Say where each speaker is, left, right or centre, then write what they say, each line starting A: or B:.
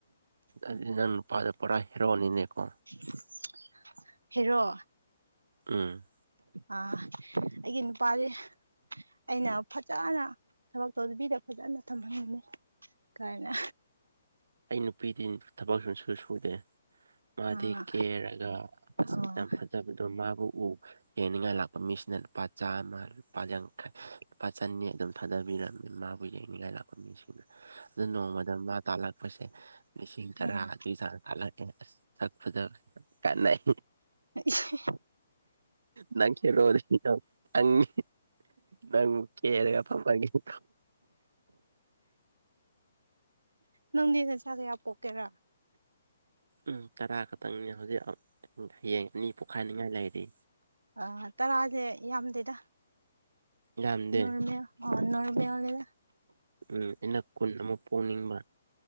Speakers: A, on the right (about 70°); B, on the right (about 85°).
A: ꯑꯗꯨꯗꯤ ꯅꯪ ꯅꯨꯄꯥꯗꯤ ꯄꯨꯔꯥ ꯍꯦꯔꯣꯅꯤꯅꯦꯀꯣ꯫
B: <unintelligible> ꯍꯦꯔꯣ꯫
A: ꯑꯝ
B: ꯑ ꯑꯩꯒꯤ ꯅꯨꯄꯥꯗꯤ ꯑꯩꯅ ꯐꯖꯅ ꯊꯕꯛ ꯇꯧꯗꯕꯤꯗ ꯐꯖꯅ ꯊꯝꯍꯟꯒꯅꯤ ꯀꯥꯏꯅ꯫
A: ꯑꯩ ꯅꯨꯄꯤꯗꯤ ꯊꯕꯛ ꯁꯨꯡꯁꯨ ꯁꯨꯗꯦ ꯃꯥꯗꯤ
B: ꯑꯥ
A: ꯀꯦꯔꯒ ꯑꯁ꯫
B: ꯑꯣ
A: ꯌꯥꯝ ꯐꯖꯕꯗꯣ ꯃꯥꯕꯨ ꯎ ꯌꯦꯡꯅꯤꯡꯉꯥꯏ ꯂꯥꯛꯄ ꯃꯤꯁꯤꯅ ꯂꯨꯄꯥ ꯆꯥꯃ ꯂꯨꯄꯥ ꯌꯥꯡꯈꯩ ꯂꯨꯄꯥ ꯆꯟꯅꯤ ꯑꯗꯨꯝ ꯊꯥꯗꯕꯤꯔꯝꯃꯤ ꯃꯥꯕꯨ ꯌꯦꯡꯅꯤꯡꯉꯥꯏ ꯂꯥꯛ ꯃꯤꯁꯤꯡꯗꯨꯅ ꯑꯗꯨ ꯅꯣꯡꯃꯗ ꯃꯥ ꯇꯥꯂꯛ <inaudible> ꯂꯤꯁꯤꯡ ꯇꯔꯥ
B: ꯑꯥ
A: ꯑꯗꯨꯒꯤ ꯆꯥꯡ ꯊꯥꯂꯛꯑꯦ ꯑꯁ ꯊꯛꯄꯗ ꯀꯥꯟꯅꯩ
B: ꯏꯁ
A: ꯅꯪ ꯍꯦꯔꯣꯗꯤ <inaudible> ꯅꯪ ꯀꯦꯔꯒ ꯐꯝꯕꯒꯤꯀꯣ
B: ꯅꯪꯗꯤ ꯅꯆꯥ ꯀꯌꯥ ꯄꯣꯛꯀꯦꯔꯥ
A: ꯎꯝ ꯇꯔꯥ ꯈꯛꯇꯪꯅꯤꯅꯦ ꯍꯧꯖꯤꯛ ꯍꯌꯦꯡ ꯑꯅꯤ ꯄꯣꯛꯈꯥꯏꯅꯤꯡꯉꯥꯏ ꯂꯩꯔꯤ
B: ꯑ ꯇꯔꯥꯁꯦ ꯌꯥꯝꯗꯦꯗ
A: ꯌꯥꯝꯗꯦ
B: ꯅꯣꯔꯃꯦꯜ ꯑꯣ ꯅꯣꯔꯃꯦꯜ ꯅꯤꯗ
A: ꯎꯝ ꯑꯩꯅ ꯀꯨꯟ ꯑꯃꯨꯛ ꯄꯣꯛꯅꯤꯡꯕ